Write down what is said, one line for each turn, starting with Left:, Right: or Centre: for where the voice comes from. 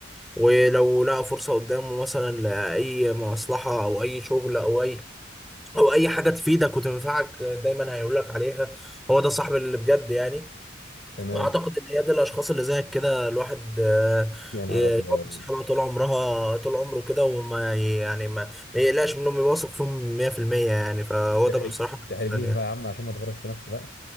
Centre: ولو لقى فرصه قدامه مثلا لاي مصلحه او اي شغل او اي او اي حاجه تفيدك وتنفعك آه، دايما هيقولك عليها هو ده صاحب اللي بجد يعني
Left: تمام
Centre: اعتقد ان هي دي الاشخاص اللي زيك كده الواحد آه،
Left: يا نهار
Centre: يقعد
Left: ابيض
Centre: مع صحابها طول عمرها طول عمره كده وما ي- يعني ما ما يقلقش منهم يواثق فيهم 100% يعني فهو
Left: تحرج
Centre: ده بصراحة بالنسبة
Left: تحرجنيش
Centre: لي
Left: بقى
Centre: يعني.
Left: يا عم عشان ما تغرش في نفسي بقى